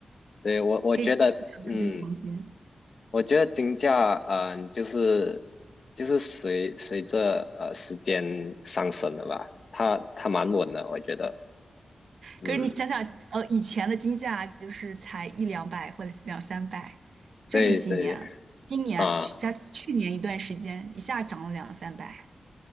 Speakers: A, on the left; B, on the right.
A: 对我我觉得嗯，
B: 可以想象这是黄金。
A: 我觉得金价嗯、呃就是就是随随着呃时间上升了吧，它它蛮稳的，我觉得嗯
B: 可是你想想，呃，以前的金价就是才一两百或者两三百，就这几年，
A: 对对
B: 今年去加去年一段时间一下涨了两三百。
A: 啊